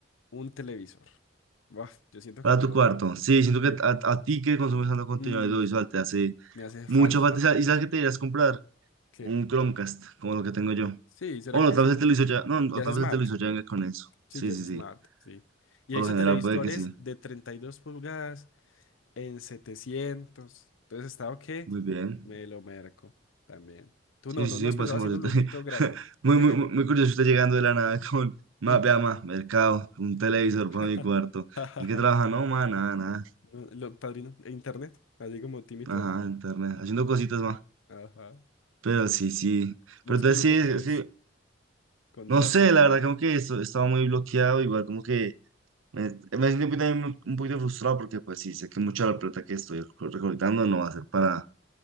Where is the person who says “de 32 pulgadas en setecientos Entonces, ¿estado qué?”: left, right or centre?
Left